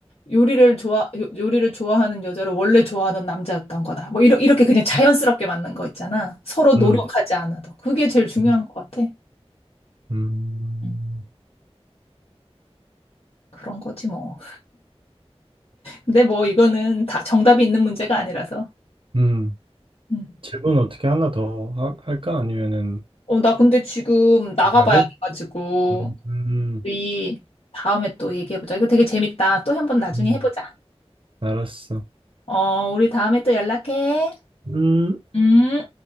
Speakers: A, on the left (about 65°); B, on the right (about 55°).
A: 요리를 좋아, 요- 요리를 좋아하는 여자를 원래 좋아하던 남자였던 거다. 뭐, 이러, 이렇게 그냥 자연스럽게 맞는 거 있잖아. 서로 노력하지
B: 음,
A: 않아도. 그게 제일 중요한
B: 음,
A: 것 같아.
B: 음.
A: 음, 그런 거지, 뭐. 근데 뭐, 이거는 다 정답이 있는 문제가 아니라서.
B: 음.
A: 음.
B: 질문 어떻게 하나 더 하- 할까? 아니면은
A: 어, 나 근데 지금 나가봐야
B: 해야 돼?
A: 돼가지고,
B: 음, 음,
A: 우리 다음에 또 얘기해보자. 이거 되게 재밌다. 또 한번 나중에
B: 음.
A: 해보자.
B: 알았어.
A: 어, 우리 다음에 또 연락해.
B: 음.
A: 음.